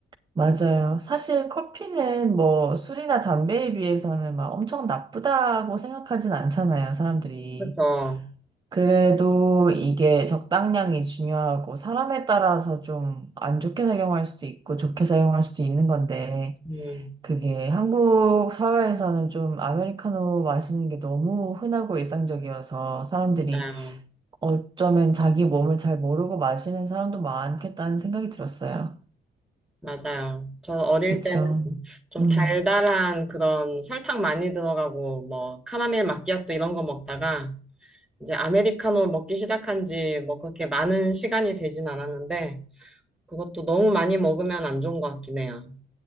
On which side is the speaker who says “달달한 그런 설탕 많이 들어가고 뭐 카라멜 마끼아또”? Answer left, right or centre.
Centre